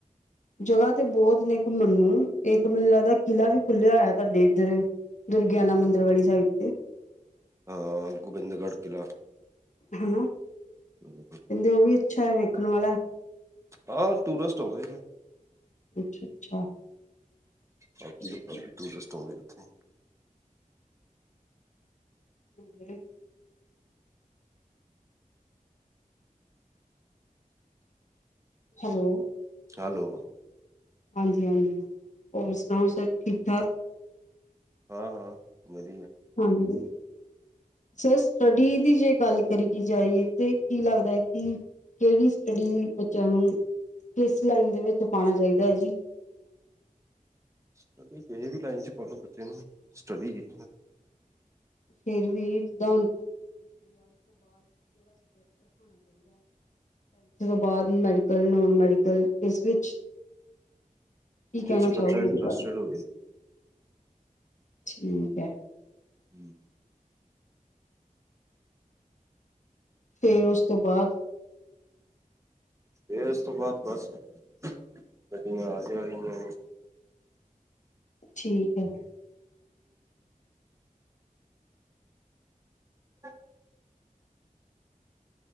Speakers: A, on the left (about 60°); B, on the right (about 20°).
A: ਜਗ੍ਹਾ ਤੇ ਬਹੁਤ ਨੇ ਇੱਕ ਮੰਨੂੰ ਇੱਕ ਮੈਨੂੰ ਲੱਗਦਾ ਕਿਲ੍ਹਾ ਵੀ ਖੁੱਲਿਆ ਹੋਇਆ ਤੁਹਾਡੇ ਇੱਧਰ ਦੁਰਗਿਆਨਾ ਮੰਦਿਰ ਵਾਲੀ ਸਾਈਡ ਤੇ।
B: ਹਾਂ ਗੋਬਿੰਦਗੜ੍ਹ ਕਿਲਾ
A: ਹਨਾ <unintelligible>
B: ਹਮ
A: ਕਹਿੰਦੇ ਉਹ ਵੀ ਅੱਛਾ ਹੈ ਵੇਖਣ ਵਾਲਾ
B: ਆਹ ਟੂਰਿਸਟ ਹੋ ਗਏ ਆ।
A: ਅੱਛਾ- ਅੱਛਾ।
B: ਬਾਕੀ
A: ਠੀਕ
B: ਤਾਂ ਕਾਫੀ ਟੂਰਿਸਟ ਆਉਂਦੇ ਉੱਥੇ
A: ਹਮ ਹੈਲੋ
B: ਹੈਲੋ।
A: ਹਾਂਜੀ- ਹਾਂਜੀ ਹੋਰ ਸੁਣਾਓ ਸਰ ਠੀਕ ਠਾਕ।
B: ਹਾਂ ਹਾਂ ਵਧੀਆ।
A: ਹਾਂਜੀ। ਸਰ ਸਟੱਡੀ ਦੀ ਜੇ ਗੱਲ ਕਰੀ ਜਾਈਏ ਤੇ ਕੀ ਲੱਗਦਾ ਕਿ ਕਿਹੜੀ ਸਟੱਡੀ ਬੱਚਿਆਂ ਨੂੰ ਕਿਸ ਲਾਈਨ ਦੇ ਵਿੱਚ ਪਾਉਣਾ ਚਾਹੀਦਾ ਹੈ ਜੀ।
B: ਸ ਕਿਸੇ ਵੀ ਲਾਈਨ ਚ ਪਾਓ ਬੱਚੇ ਨੂੰ ਸਟੱਡੀ
A: <unintelligible> ਚਾਹੀਦਾ ਇਸ ਤੋਂ ਬਾਅਦ ਮੈਡੀਕਲ, ਨੋਨ ਮੈਡੀਕਲ ਇਸ ਵਿੱਚ ਕੀ ਕਹਿਣਾ
B: ਚ
A: ਚਾਹੋਗੇ
B: ਬੱਚਾ ਇੰਟਰਸਟਡ
A: ਇਹਦੇ ਬਾਰੇ
B: ਹੋਵੇ
A: ਠੀਕ ਹੈ।
B: ਹਮ
A: ਫੇਰ ਉਸ ਤੋਂ ਬਾਅਦ
B: ਫੇਿਰ ਉਸ ਤੋਂ ਬਾਅਦ ਬਸ ਗੱਡੀਆਂ ਆ ਜਾ ਰਹੀਆਂ ਨੇ
A: ਠੀਕ ਹੈ।
B: ਹ